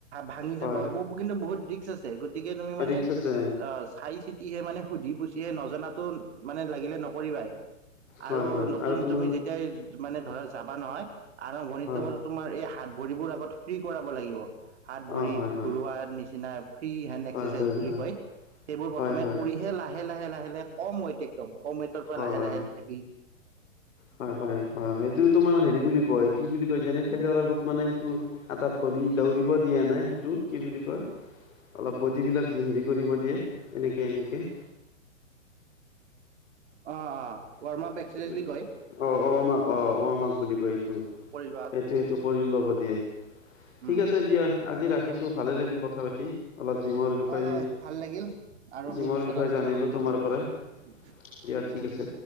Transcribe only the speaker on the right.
ভাঙি
যাব বহুত কিন্তু বহুত ৰিক্স আছে গতিকে তুমি মানে
চাই চিতিহে মানে সুধি পুচিহে নজনাতো মানে লাগিলে নকৰিবাই।
আৰু
নতুন
তুমি, যেতিয়াই মানে ধৰা যাবা নহয় আৰম্ভণিটো
তোমাৰ এই হাত ভৰিবোৰ আগত ফ্ৰী কৰাব লাগিব৷ হাত ভৰিত
ঘূৰোৱাৰ নিচিনা‌ ফ্ৰী হেণ্ড এক্সৰচাইজ
বুলি
কয়৷ সেইবোৰ
প্ৰথমে,
কৰিহে লাহে-লাহে-লাহে-লাহে কম ৱেইট একদম কম ৱেইটৰ
পৰা লাহে লাহে লাহে
অ'! অ'! ৱাৰ্ম
আপ এক্সাৰচাইজ বুলি কয়
কৰিলো আৰু
উম
হয় হয় ভাল লাগিল আৰু আমি
পিছত
আলোচনা
কৰিম দে
ভালকৈ
<unintelligible>
ধন্যবাদ৷